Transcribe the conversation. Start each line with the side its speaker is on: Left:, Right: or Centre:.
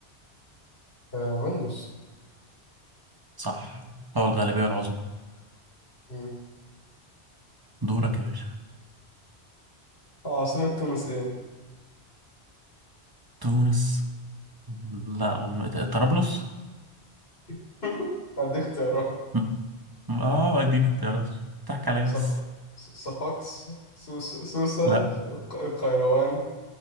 Left: آه ويندوز
Right: صح هو الغالبية العظمى
Left: مم.
Right: دورك يا باشا
Left: آه، عاصمة تونس ايه؟
Right: تونس لا أم- طرابلس
Left: <laughs> هدي اختيارات
Right: م- آه اديني اختيارات تحكي عليا
Left: صف...
Right: بس
Left: صفاقس سوس... سوسة
Right: لا
Left: الق- القيروان